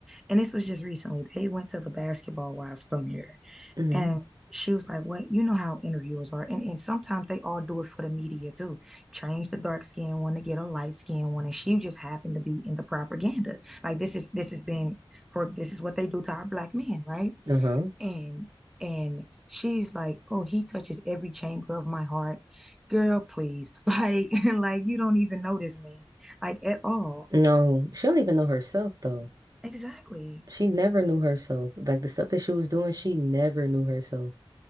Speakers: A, in the centre; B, on the right.
A: and this was just recently. They went to the Basketball Wives premiere,
B: hmm
A: and she was like, "What? You know how interviewers are, and and sometimes they all do it for the media too. Change the dark skin one to get a light skin one, and she just happened to be in the propaganda. Like this is this has been for this is what they do to our black men, right?
B: Uh-huh.
A: And and she's like, "Oh, he touches every chamber of my heart, girl. Please, like, <laughs> like you don't even know this man, like at all.
B: No, she don't even know herself though.
A: Exactly.
B: She never knew herself. Like the stuff that she was doing, she never knew herself.